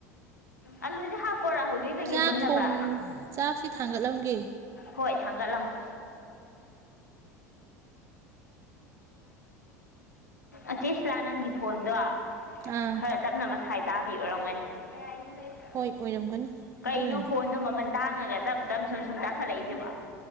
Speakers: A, on the left (about 85°); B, on the right (about 35°).
A: ꯑꯂꯨꯁꯦ ꯍꯄꯣꯔꯥ ꯍꯧꯖꯤꯛꯇꯥꯒꯤ
B: ꯆꯥꯛ
A: ꯃꯨꯟꯅꯕ
B: ꯊꯣꯡ ꯆꯥꯛꯁꯤ ꯊꯥꯡꯒꯠꯂꯝꯒꯦ
A: ꯍꯣꯏ ꯊꯥꯡꯒꯠꯂꯝꯃꯣ ꯑꯆꯦꯁꯤꯂꯥ ꯅꯪꯒꯤ ꯐꯣꯟꯗꯣ
B: ꯑꯥ
A: ꯈꯔ ꯇꯞꯅ ꯃꯁꯥꯏ ꯆꯥꯕꯤꯎꯔꯝꯒꯅꯤ ꯌꯥ
B: ꯍꯣꯏ ꯑꯣꯏꯔꯝꯒꯅꯤ ꯑꯗꯨꯅꯅꯤ
A: ꯀꯩꯅꯣ ꯐꯣꯟꯗꯣ ꯃꯃꯜ ꯇꯥꯡꯉꯒ ꯇꯞ ꯃꯇꯝ ꯁꯨꯝ ꯁꯨꯝ ꯇꯥꯈꯠꯂꯛꯏꯁꯦꯕꯣ